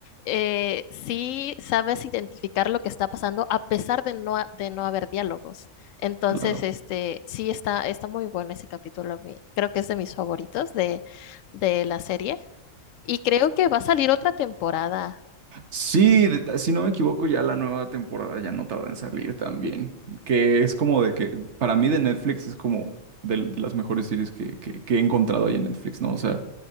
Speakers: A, on the left; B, on the right.
A: eh, sí sabes identificar lo que está pasando a pesar de no, ha- de no haber diálogos. Entonces,
B: claro.
A: este, sí está, está muy bueno ese capítulo. a Creo que es de mis favoritos de, de la serie. Y creo que va a salir otra temporada.
B: Sí, de- si no me equivoco, ya la nueva temporada ya no tarda en salir también. Que es como de que, para mí de Netflix es como de, de las mejores series que, que- que he encontrado ahí en Netflix, ¿no? O sea,